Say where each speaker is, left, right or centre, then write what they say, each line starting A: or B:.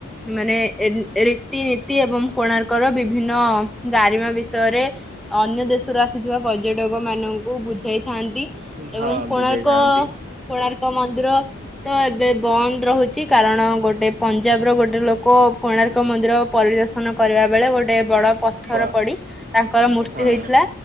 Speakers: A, in the centre; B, on the right.
A: ମାନେ ରୀତି ନୀତି ଏବଂ କୋଣାର୍କର ବିଭିନ୍ନ ଗାରିମା ବିଷୟରେ ଅନ୍ୟ ଦେଶରୁ ଆସିଥିବା ପର୍ଯ୍ୟଟକ ମାନଙ୍କୁ ବୁଝାଇଥାନ୍ତି।
B: ହୁଁ ହଁ
A: ଏବଂ କୋଣାର୍କ
B: ବୁଝେଇଥାନ୍ତି
A: କୋଣାର୍କ ମନ୍ଦିର କ୍ଷୁଦ୍ର ତ ଏବେ ବନ୍ଦ ରହୁଛି କାରଣ ଗୋଟେ ପଞ୍ଜାବର ଗୋଟେ ଲୋକ କୋଣାର୍କ ମନ୍ଦିର ପରିଦର୍ଶନ କରିବା ବେଳେ ଗୋଟେ ବଡ଼ ପଥର
B: ପ
A: ପଡି ତାଙ୍କର ମୃତ୍ୟୁ
B: ହଁ
A: ହେଇଥିଲା